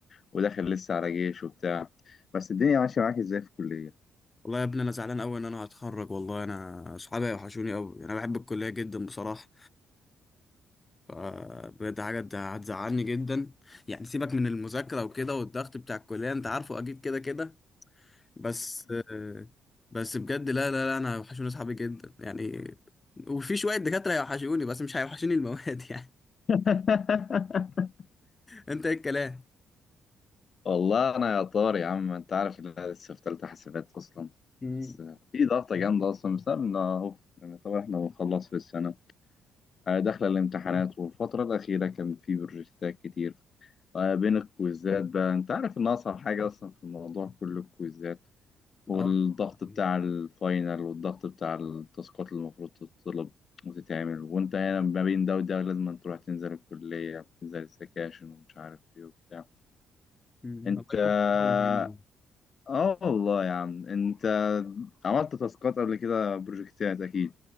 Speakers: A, on the left (about 45°); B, on the left (about 25°).
A: وداخل لسه على جيش وبتاع بس الدنيا ماشيه معاك ازاي في الكليه
B: والله يا ابني انا زعلان قوي ان انا هتخرج والله انا اصحابي وحشوني قوي انا بحب الكليه جدا بصراحه فبجد حاجه هت- هتزعلني جدا يعني سيبك من المذاكره وكده والضغط بتاع الكليه انت عارفه اكيد كده كده بس آه، بس بجد لا لا لا انا وحشوني اصحابي جدا يعني وفي شويه دكاتره هيوحشوني بس مش هيوحشوني المواد <laughs> يعني
A: <laughs>
B: انت ايه الكلام؟
A: والله انا يا طار يا عم انت عارف ان انا لسه في ثالثه حسابات اصلا
B: مم.
A: بس في ضغطه جامده اصلا بسبب ان اهو يعني طبعا احنا بنخلص في السنه آه، داخلة الامتحانات والفترة الأخيرة كان في بروجكتات كتير آه، بين الكويزات بقى أنت عارف إن أصعب حاجة أصلا في الموضوع كله الكويزات والضغط
B: اه طبعا
A: بتاع الفاينل والضغط بتاع التاسكات اللي المفروض تطلب وتتعمل وأنت هنا ما بين ده وده لازم أن تروح تنزل الكلية وتنزل السكاشن ومش عارف إيه وبتاع
B: مم.
A: أنت
B: الله يكون
A: آه
B: في عونك يا ابني.
A: آه والله يا عم أنت عملت تاسكات قبل كده بروجكتات أكيد